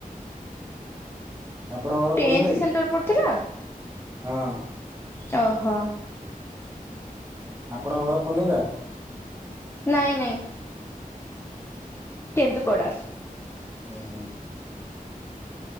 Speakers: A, on the right (about 15°); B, on the left (about 15°).
A: ଆପଣଙ୍କ ଘର
B: ଟେନ୍ଥ
A: କୁନିଦା
B: ସେଣ୍ଟର
A: କି
B: ପଡିଥିଲା?
A: ହାଁ?
B: ଅ ହ।
A: ଆପଣଙ୍କ ଘର କୁନିନ୍ଦା?
B: ନାଇଁ ନାଇଁ। କେନ୍ଦୁପଡା।
A: ହୁଁ ହୁଁ ଲ <inaudible>